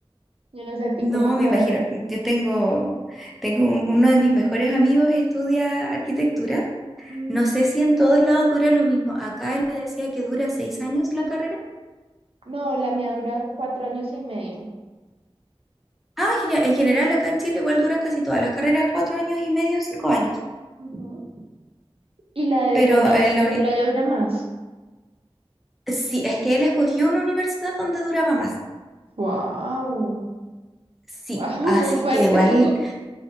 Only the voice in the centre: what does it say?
No,
me
imagino. Yo tengo, tengo un- uno de mis mejores amigos estudia arquitectura.
No sé si en todos lados dura lo mismo. Acá él me decía que dura seis años la carrera
Ah, genial. En general, acá en Chile igual duran casi todas las carreras cuatro años y medio, cinco años.
Pero
en la uni-
sí, es que él escogió una universidad donde duraba más.
Sí,
así
que igual,